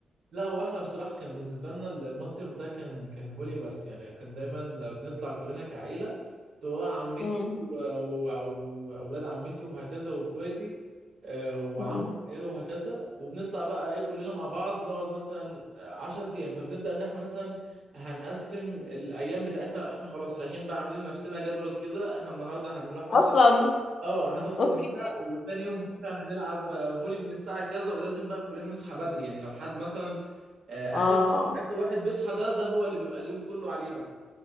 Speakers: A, on the right; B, on the left.
A: لا هو احنا بصراحة كان بالنسبة لنا المصيف ده كان كان فولي بس يعني كان دايما بنطلع كلنا كعيلة تبقى عمته
B: مم،
A: و- و- وأولاد عمته وهكذا وإخواتي آه، وعم
B: مم.
A: عياله وهكذا وبنطلع بقى إيه كلنا مع بعض نقعد مثلا عشر أيام فبنبدأ إن إحنا مثلا هنقسم الأيام بتاعتنا إحنا خلاص رايحين بقى عاملين لنفسنا جدول كده إحنا النهاردة هنروح مثلا
B: اصلا
A: اه هنخرج
B: اوكي
A: هنا وتاني يوم بكره هنلعب فولي من الساعه كذا ولازم بقى كلنا نصحى بدري يعني لو حد مثلا آه،
B: اه
A: اخر واحد اخر واحد بيصحى ده ده هو اللي بيبقى اليوم كله عليه بقى